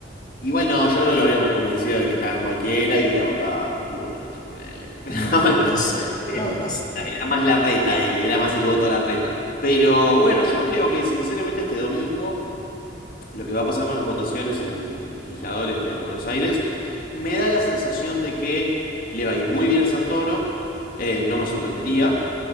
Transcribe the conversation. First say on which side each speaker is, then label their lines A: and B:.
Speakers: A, on the left (about 50°); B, on the left (about 25°).
A: Igual no, yo creo que lo habríamos convencido de que estaba en cualquiera y hubiera votado Bullrich, ponele. <laughs> Pero
B: Mm, No sé,
A: bueno, eh,
B: no, no sé.
A: era más la reta él, era más el voto a la reta. Pero bueno, yo creo que sinceramente este domingo, lo que va a pasar con las votaciones en legisladores de Buenos Aires, me da la sensación de que le va a ir muy bien a Santoro, eh, no me sorprendería.